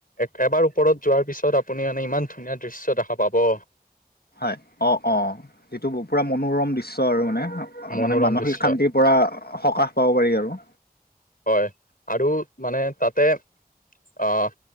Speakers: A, on the left; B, on the left.
A: এক', - এবাৰ ওপৰত', যোৱাৰ পিছত আপুনি মানে ইমান ধুনীয়া দৃশ্য দেখা পাব',
B: হয়', অ', - অ', যিটো পুৰা মনোৰম দৃশ্য আৰু মানে,
A: মনোৰম
B: মানে মানসিক
A: দৃশ্য
B: শান্তিৰ', পৰা সকাহ পাব পাৰি আৰু',
A: হয়', আৰু মানে তাতে', অ',